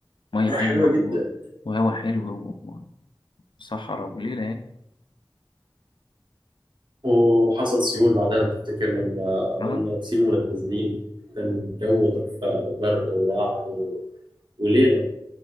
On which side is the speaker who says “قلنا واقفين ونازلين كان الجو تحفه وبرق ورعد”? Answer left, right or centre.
Right